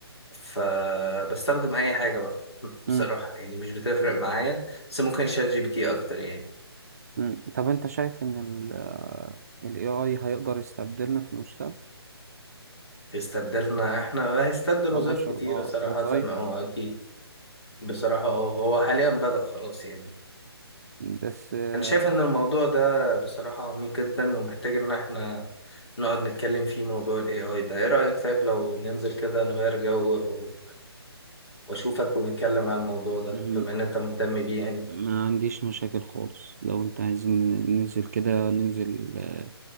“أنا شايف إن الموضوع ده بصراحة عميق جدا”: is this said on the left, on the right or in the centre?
Left